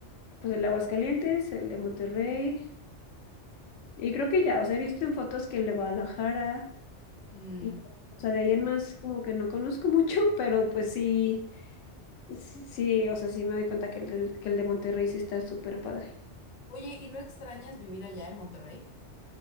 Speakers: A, on the left; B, on the left.
A: pues el de Aguascalientes, el de Monterrey. Y creo que ya, o sea, he visto en fotos que el de Guadalajara,
B: Mm.
A: y, o sea, de ahí en más como que no conozco <laughs> mucho, pero pues sí, sí, sí, o sea, sí me doy cuenta que el, del- que el de Monterrey sí está súper padre.
B: Oye, ¿y no extrañas vivir allá en Monterrey?